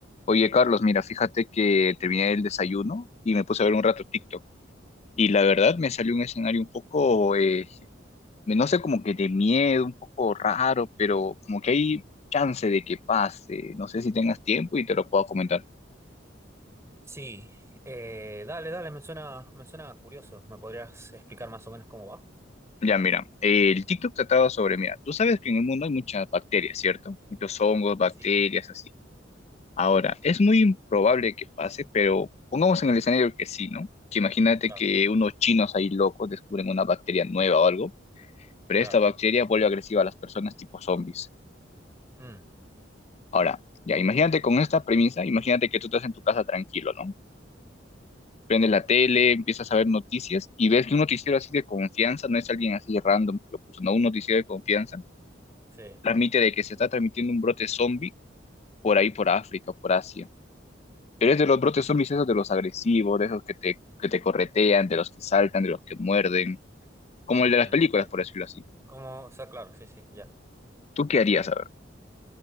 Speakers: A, on the left (about 35°); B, on the right (about 15°).
A: Oye, Carlos, mira, fíjate que terminé el desayuno y me puse a ver un rato TikTok. Y la verdad me salió un escenario un poco, eh, no sé, como que de miedo, un poco raro, pero como que hay chance de que pase. No sé si tengas tiempo y te lo puedo comentar.
B: Sí, eh, dale, dale, me suena, me suena curioso. ¿Me podrías explicar más o menos cómo va?
A: Ya, mira, eh, el TikTok trataba sobre, mira, tú sabes que en el mundo hay muchas bacterias, ¿cierto? Muchos hongos, bacterias,
B: Sí,
A: así. Ahora, es muy improbable que pase, pero pongamos en el escenario que sí, ¿no? Que imagínate
B: claro,
A: que unos chinos ahí locos descubren una bacteria nueva o algo pero
B: claro.
A: esta bacteria vuelve agresiva a las personas tipo zombies.
B: Mm,
A: Ahora, ya, imagínate con esta premisa, imagínate que tú estás en tu casa tranquilo, ¿no? Prendes la tele, empiezas a ver noticias y ves que un noticiero así de confianza, no es alguien así random que lo puso, no, un noticiero de confianza,
B: sí,
A: transmite de que se está transmitiendo un brote zombie por ahí, por África, por Asia. Pero es de los brotes zombies esos de los agresivos, de esos que te, que te corretean, de los que saltan, de los que muerden, como
B: mm,
A: el de las películas,
B: sí,
A: por
B: sí,
A: decirlo
B: sí.
A: así.
B: ¿Cómo? O sea, claro, sí, sí, ya.
A: ¿Tú qué harías, a ver?